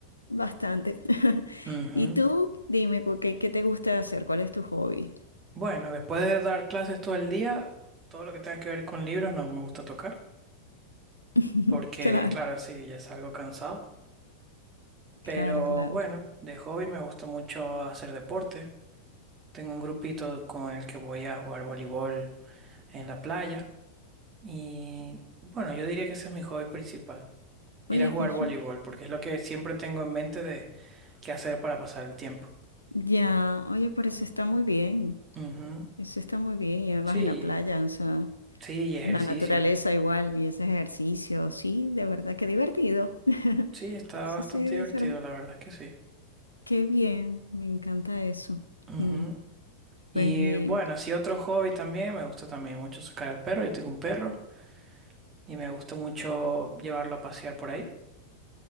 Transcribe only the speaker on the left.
bastante. <laughs>
¿Y tú? Dime, cu- ¿qué, qué te gusta hacer? ¿Cuál es tu hobby?
<laughs>
Claro,
claro, claro.
Oye,
qué rico.
Ya, oye, pero eso está muy bien.
Eso está muy bien. Y además
en la playa, o sea.
La naturaleza igual y ese ejercicio, sí, de verdad, qué divertido. <laughs>
Eso
sí debe
ser,
qué bien, me encanta eso.
Mm,
Pues bien,